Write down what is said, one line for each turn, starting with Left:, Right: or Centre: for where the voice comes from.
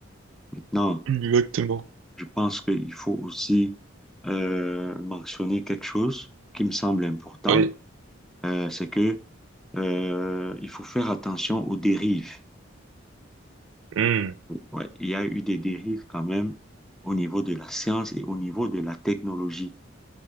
Centre: Maintenant,
Right: exactement.
Centre: je pense qu'il faut aussi euh, mentionner quelque chose qui me semble important,
Right: Oui,
Centre: euh, c'est que euh, il faut faire attention aux dérives.
Right: Hmm.
Centre: Ouais, il y a eu des dérives quand même au niveau de la science et au niveau de la technologie.